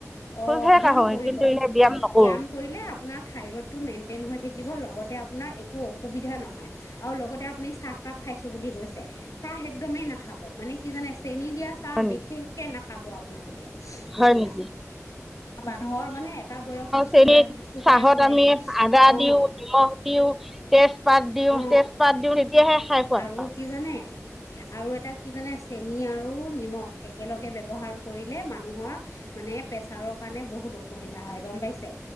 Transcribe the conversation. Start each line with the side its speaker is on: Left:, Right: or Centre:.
Left: অ'
Centre: খোজহে
Left: ব্যায়াম
Centre: কাঢ়োঁ
Left: কৰিব,
Centre: কিন্তু এনেই নকৰোঁ
Left: ব্যায়াম কৰিলে আপোনাৰ থাইৰইডটো মেইনটেইন হৈ থাকিব লগতে আপোনাৰ একো অসুবিধা নহয় আৰু লগতে আপুনি ছাহ কাপ খাইছোঁ বুলি কৈছে, ছাহ একদমেই নাখাব, মানে কি জানে চেনি দিয়া চাহ
Centre: হয়
Left: বিশেষকে
Centre: নেকি
Left: নাখাব আপোনালোকে,
Centre: হয়
Left: এতিয়া
Centre: নেকি
Left: মানুহৰ মানে এটা বয়সত চুগাৰ
Centre: হেৰি
Left: বুলি চুগাৰ
Centre: চাহত
Left: হয়েই
Centre: আমি আদা
Left: অঁ
Centre: দিওঁ নিমখ দিওঁ তে পাত দিওঁ
Left: অঁ
Centre: তেজপাত দিওঁ তেতিয়াহে খাই সোৱাদ
Left: আৰু
Centre: পাওঁ
Left: কি জানে আৰু এটা কি জানে চেনি আৰু নিমখ একেলগে ব্যৱহাৰ কৰিলে মানুহৰ মানে প্ৰেছাৰৰ কাৰণে বহুত অসুবিধা হয় গম পাইছে।